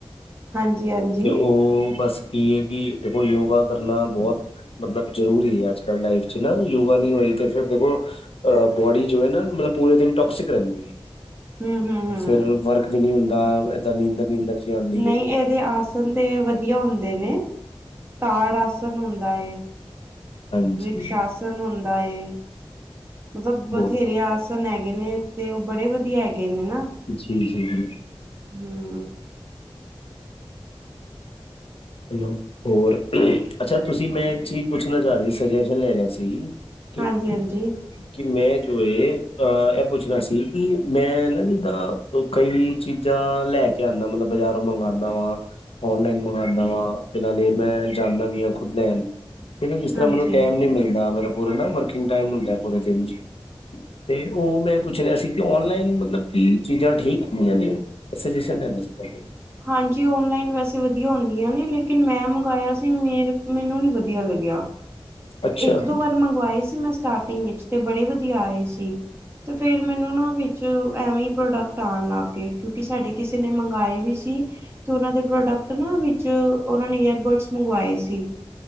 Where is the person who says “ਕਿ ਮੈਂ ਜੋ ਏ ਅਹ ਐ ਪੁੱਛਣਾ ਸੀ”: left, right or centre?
Left